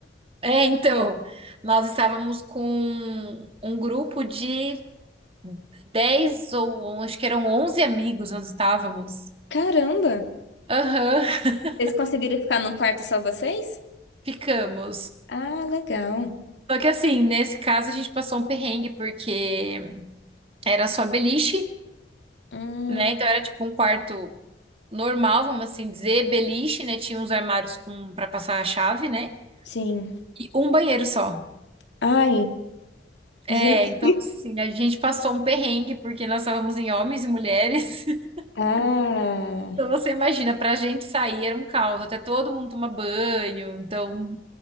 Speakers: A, on the right; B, on the left.
A: é, então, nós estávamos com um grupo de 10 ou on- acho que eram 11 amigos nós estávamos.
B: Caramba!
A: Aham, <laughs>
B: Vocês conseguiram ficar num quarto só vocês?
A: ficamos.
B: Ah, legal.
A: Só que assim, nesse caso a gente passou um perrengue porque era só beliche,
B: Hum,
A: né? Então era tipo um quarto normal, vamos assim dizer, beliche, né? Tinha uns armários com para passar a chave, né?
B: sim.
A: E um banheiro só.
B: Ai,
A: É,
B: gente.
A: então assim, a gente passou um perrengue porque nós estávamos em homens e mulheres. <laughs>
B: Ah,
A: Então você imagina, pra gente sair era um caos, até todo mundo toma banho, então